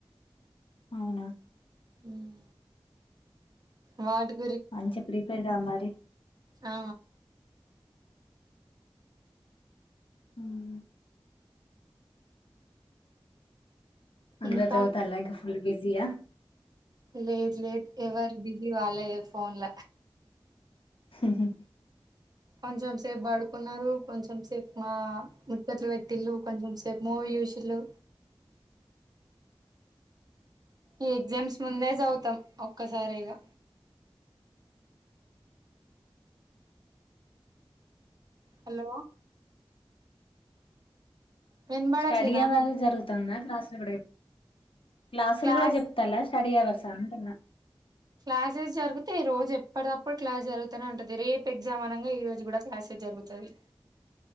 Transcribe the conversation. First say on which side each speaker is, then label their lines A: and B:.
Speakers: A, on the left; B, on the right.
A: అవునా
B: ఉమ్ వాటిక్
A: మంచిగా ప్రీపేర్ గా మరి.
B: ఆ
A: ఉమ్ అందరూ
B: ఇంకా
A: చదువుతారు లెగ్గు. ఫుల్ బిజీయా.
B: లేదు లేదు ఎవరు బిజీ వాలే ఫోన్ల.
A: ఉహూ.
B: కొంచెం సేపు పాడుకున్నారు. కొంచెం సేపు మా ముచ్చట్లు పెట్టింళు. కొంచెం సేపు మూవీ చూసింలు. ఈ ఎగ్జామ్స్ ముందే చదువుతాం ఒక్కసారిగా. హలో. వినబడట్లేదానే
A: స్టడీ అవర్ జరుగుతుందా క్లాస్ కి కూడా చెప్. క్లాసులు
B: క్లాస్
A: కూడా చెప్తాలా. స్టడీ అవర్స్ అంటున్నా.
B: క్లాసెస్ జరిగితే ఈ రోజు ఎప్పటికప్పుడు క్లాస్ జరుగుతనే ఉంటది. రేపు ఎగ్జామ్ అనగా ఈ రోజు కూడా క్లాసెస్ జరుగుతది.